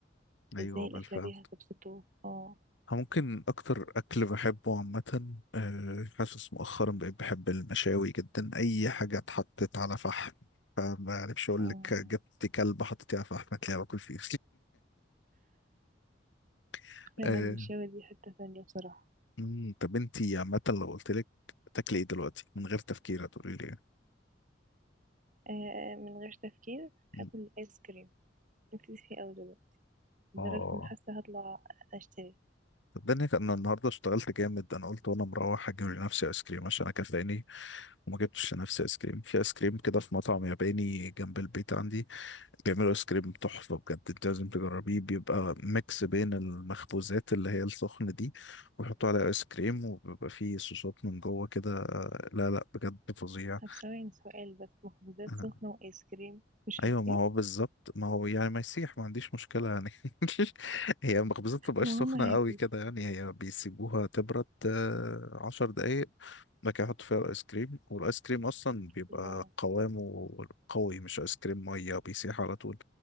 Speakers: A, on the left; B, on the right.
A: ايوه
B: ازاي الأكلة
A: بالفعل
B: دي هتبسطه اه
A: ممكن أكتر أكل بحبه عامة آه، حاسس مؤخرا بقيت بحب المشاوي جدا أي حاجة اتحطت على فحم فما أعرفش أقول
B: آه،
A: لك جبت كلب حطيتيه على فحم هتلاقيه باكل فيه <laughs>
B: فعلا
A: آه،
B: المشاوي دي حتة تانية بصراحة
A: مم، طب أنتي عامة لو قلت لك تاكلي إيه دلوقتي من غير تفكير هتقولي لي إيه؟
B: آه من غير تفكير
A: مم.
B: هاكل آيس كريم نفسي فيه أوي دلوقتي لدرجة
A: آه
B: إن حاسة هطلع أشتري
A: طب ده أنا أنا النهاردة اشتغلت جامد أنا قلت وأنا مروح أجيب لنفسي آيس كريم عشان أنا كفاياني وما جبتش لنفسي آيس كريم في آيس كريم كده في مطعم ياباني جنب البيت عندي بيعملوا ايس كريم تحفة بجد انت لازم تجربيه بيبقى ميكس بين المخبوزات اللي هي السخنة دي ويحطوا عليها ايس كريم وبيبقى فيه صوصات من جوه كده آه، لا لا بجد فظيع
B: طب ثواني سؤال بس مخبوزات
A: آه،
B: سخنة وآيس كريم مش
A: ايوه
B: هيصير
A: ما هو بالظبط ما هو يعني ما يسيح ما عنديش مشكله يعني <laughs> هي المخبوزات ما بتبقاش
B: المهم
A: سخنه
B: هاكل
A: قوي كده يعني هي بيسيبوها تبرد آه، عشر دقايق بعد كده يحطوا فيها الايس كريم والايس كريم اصلا بيبقى
B: الله
A: قوامه قوي مش ايس كريم ميه بيسيح على طول